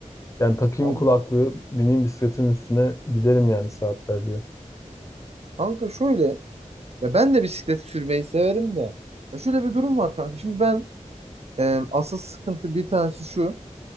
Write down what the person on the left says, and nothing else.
Yani takayım
kulaklığı, bineyim bisikletin üstüne giderim yani saatlerce.